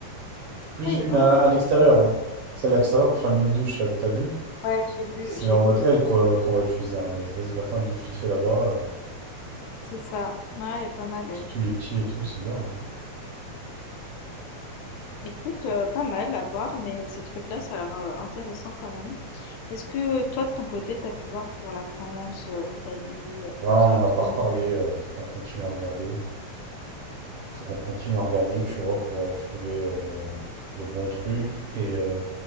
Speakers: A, on the right (about 75°); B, on the left (about 80°).
A: Plus
B: trois, il
A: une
B: est vraiment
A: à,
B: pas
A: à
B: mal.
A: l'extérieur, hein. Celle à l'extérieur pour faire une mini-douche, t'as t'as vu?
B: Ouais, j'ai vu,
A: C'est
B: j'ai
A: en mode
B: vu.
A: L quoi, qu'on va utiliser, hein, en mode vas-y, va faire une douche vite fait là-bas. euh,
B: C'est ça. Ouais, elle est pas mal,
A: parce
B: elle.
A: que tous les petits et tout, c'est bien. hein.
B: Écoute, euh, pas mal à voir, mais ces trucs-là, ça a l'air euh, intéressant quand même. Est-ce que toi, de ton côté, t'as pu voir pour la France, euh, Italie, euh,
A: Ouais,
B: enfin,
A: on
B: c'est
A: n'en
B: pas
A: a
B: trop,
A: pas reparlé,
B: mais...
A: euh, faut qu'on continue à regarder. Il faut qu'on continue à regarder, tu vois, pour euh, trouver euh, le bon truc et euh,